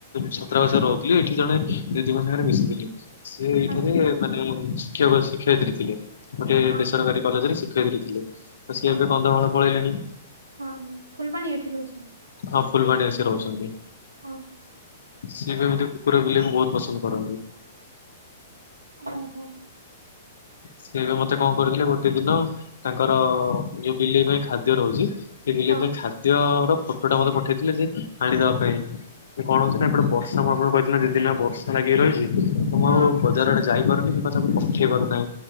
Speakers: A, on the left; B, on the right.
A: ଛାତ୍ରାବାସରେ ରହୁଥିଲି, ଏଠି ଜଣେ ଦିଦି ଙ୍କ ସାଙ୍ଗରେ ମିଶିଥିଲି। ସିଏ ଏଇଠାରେ
B: ଆଚ୍ଛା
A: ମାନେ ଶିକ୍ଷକ ଶିକ୍ଷୟତ୍ରୀ ଥିଲେ, ଗୋଟେ
B: ହଁ
A: ବେସରକାରୀ କଲେଜରେ ଶିଖେଇ ଦେଇଥିଲେ, ତ ସିଏ
B: ହଁ
A: ଏବେ କନ୍ଧମାଳ ପଳେଇଲେଣି।
B: ହଁ ହଁ, ଫୁଲବାଣୀ ଏଠି ରହୁଚନ୍।
A: ହଁ, ଫୁଲବାଣୀରେ ସେ ରହୁଚନ୍ତି।
B: ହଁ।
A: ସିଏବି ଏମିତି କୁକୁର ବିଲେଇକୁ ବହୁତ ପସନ୍ଦ କରନ୍ତି।
B: ଓହୋ।
A: ସେବେ ମତେ କଣ କରଥିଲେ ଗୋଟେ ଦିନ- ତାଙ୍କର, ଯୋଉ ବିଲେଇ ପାଇଁ ଖାଦ୍ୟ ରହୁଚି, ସେ ବିଲେଇ
B: ହଁ
A: ପାଇଁ ଖାଦ ଆଦିତ୍ୟ ର ଫୋଟୋ ଟା ମତେ ପଠେଇଥିଲେ ଯେ, ଆଣିଦବା ପାଇଁ। ସେ କଣ ହଉଚି ନା, ଏପଟେ ବର୍ଷା ମୁଁ ଆପଣଙ୍କୁ କହିଥିଲି ନା, ଦି ଦିନି ହେଲା ବର୍ଷା ଲାଗିକି ରହିଚି ତ ମୁଁ
B: ହଁ।
A: ଆଉ ବଜାର ଆଡେ ଯାଇପାରୁନି କିମ୍ବା ତାକୁ ପଠେଇ ପାରୁନି। ନାଇଁ,